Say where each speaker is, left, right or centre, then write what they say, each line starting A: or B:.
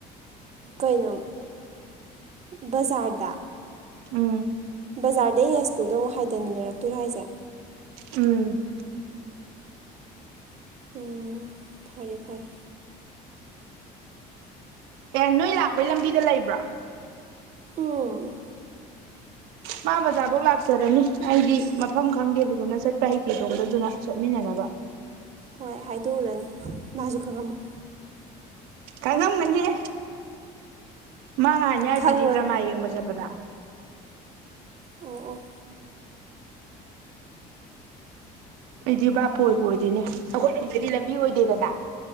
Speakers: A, on the right (about 35°); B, on the right (about 85°).
A: ꯀꯩꯅꯣ ꯕꯖꯥꯔꯗ
B: ꯎꯝ
A: ꯕꯖꯥꯔꯗꯩ ꯌꯥꯢꯁ꯭ꯀꯨꯜꯗ ꯑꯃꯨꯛ ꯍꯥꯏꯊꯃꯤꯟꯅꯔꯛꯇꯣꯏꯔꯥ ꯍꯥꯏꯁꯦ
B: ꯎꯝ
A: ꯎꯝ ꯐꯔꯦ ꯐꯔꯦ
B: ꯑꯦ ꯅꯣꯏ ꯂꯥꯛꯄꯩ ꯂꯝꯕꯤꯗ ꯂꯩꯕ꯭ꯔꯣ
A: ꯎꯝ
B: ꯃꯥ ꯕꯖꯥꯔꯐꯧ ꯂꯥꯛꯆꯔꯅꯤ ꯑꯩꯗꯤ ꯃꯐꯝ ꯈꯪꯗꯦ ꯐꯖꯅ ꯆꯠꯄ ꯍꯩꯇꯦ ꯑꯗꯨꯗꯨꯅ ꯆꯠꯃꯤꯟꯅꯅꯕ
A: ꯍꯣꯏ ꯍꯥꯏꯗꯣꯛꯎꯔꯅꯤ ꯃꯥꯁꯨ ꯈꯪꯉꯝꯃꯣꯏ
B: ꯈꯪꯉꯝꯒꯅꯤꯍꯦ ꯃꯥ ꯅꯍꯥꯟ ꯌꯥꯎꯔꯤꯗꯨꯗꯤ
A: ꯈꯪꯉꯨꯔꯅꯨ
B: ꯗ꯭ꯔꯃꯥ ꯌꯦꯡꯕ ꯆꯠꯄꯗ
A: ꯑꯣ ꯑꯣ
B: ꯑꯩ ꯗꯤ ꯕꯥꯄꯨ ꯑꯣꯏꯕꯨ ꯑꯣꯏꯗꯦꯅꯦ ꯑꯩꯈꯣꯏ ꯔꯣꯝꯗꯒꯤ ꯂꯝꯕꯤ ꯑꯣꯏꯗꯦꯗꯅ